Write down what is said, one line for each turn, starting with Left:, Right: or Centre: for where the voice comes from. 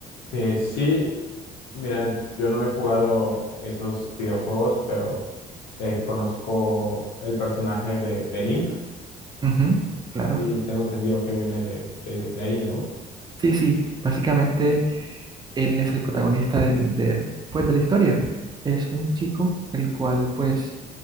Left: Eh, sí, mira, yo no he jugado esos videojuegos, pero eh, conozco el personaje de, de Link
Right: Ujú, claro.
Left: y tengo entendido que viene de, de, de ahí, ¿no?
Right: Sí, sí, básicamente él es el protagonista del, de, pues, de la historia. Es un chico el cual, pues,